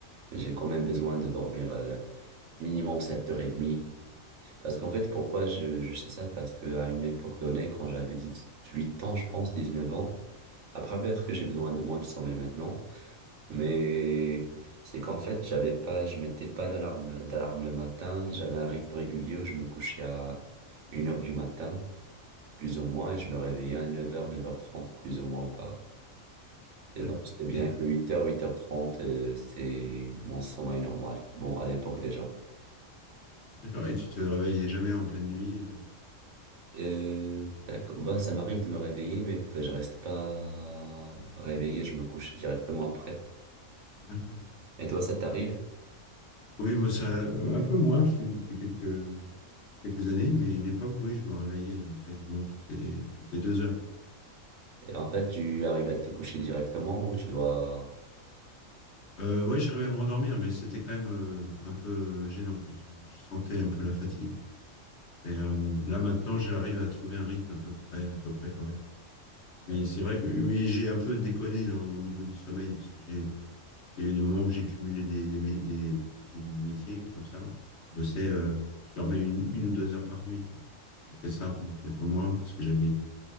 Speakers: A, on the right; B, on the left.
A: mais j'ai quand même besoin de dormir euh, minimum 7h30. Parce qu'en fait, pourquoi je, je sais ça? Parce que à une époque donnée, quand j'avais 18 ans, je pense 19 ans, après peut-être que j'ai besoin de moins de sommeil maintenant, mais c'est qu'en fait, j'avais pas, je mettais pas d'alarme, d'alarme le matin, et j'avais un rythme régulier où je me couchais à une heure du matin, plus ou moins, et je me réveillais à neuf heures neuf heures trente plus ou moins pas. Et
B: D'accord.
A: donc, c'est bien
B: Et, euh,
A: que huit heures huit heures trente euh, c'est mon sommeil normal. Bon, à l'époque déjà.
B: d'accord. Et tu te réveillais jamais en pleine nuit. euh,
A: Euh, d'accord. Bah, ça m'arrive de me réveiller, mais bah, je reste pas réveillé, je me couche directement après.
B: D'accord.
A: Et toi, ça t'arrive?
B: Oui, moi, ça, un peu moins, je dis, depuis quelques, quelques années, mais à une époque, oui, je me réveillais euh, quasiment toutes les, toutes les deux heures.
A: Et en fait, tu arrives à te coucher directement ou tu dois...
B: Euh, ouais, j'arrivais à me rendormir, mais c'était quand même euh, un peu gênant, quoi. Je, je sentais un peu la fatigue. Mais euh, là, maintenant, j'arrive à trouver un rythme à peu près, à peu près correct. Mais
A: Ouais.
B: c'est vrai que oui, j'ai un peu déconné dans- au niveau du sommeil, parce que j'ai, il y a eu des moments où j'ai cumulé des, des, mé- des, des métiers comme ça. Je bossais, euh, je dormais une, une ou deux heures par nuit, quoi. J'ai fait ça pendant quelques mois, parce que j'avais